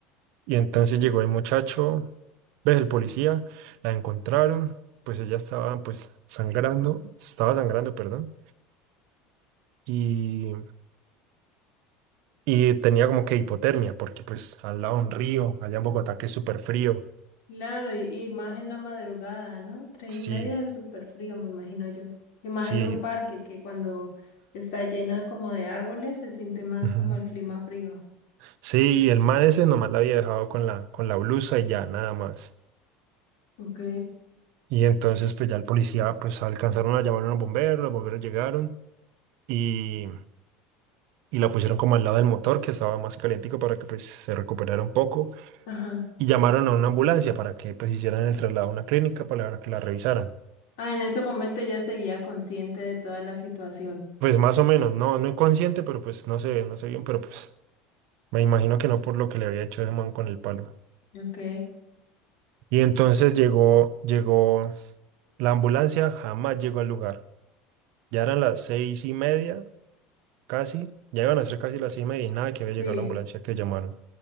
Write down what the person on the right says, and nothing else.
Y entonces llegó el muchacho, ves el policía, la encontraron, pues ella estaba pues sangrando, estaba sangrando, perdón. y Y tenía como que hipotermia, porque pues al lado un río, allá en Bogotá, que es súper frío.
Sí,
sí.
ujú.
Sí, el man ese nomás la había dejado con la, con la blusa y ya, nada más.
Y entonces pues ya el policía, pues alcanzaron a llamar a los bomberos, los bomberos llegaron y, y la pusieron como al lado del motor, que estaba más calientico para que pues se recuperara un poco.
Y llamaron a una ambulancia para que pues hicieran el traslado a una clínica para que la revisaran.
Pues más o menos, no, no inconsciente, pero pues no se ve, no sé bien, pero pues Me imagino que no por lo que le había hecho ese man con el palo.
Y entonces llegó, llegó la ambulancia, jamás llegó al lugar. Ya eran las seis y media, casi. Ya iban a ser casi las seis y media y nada que había
llegado la ambulancia que llamaron.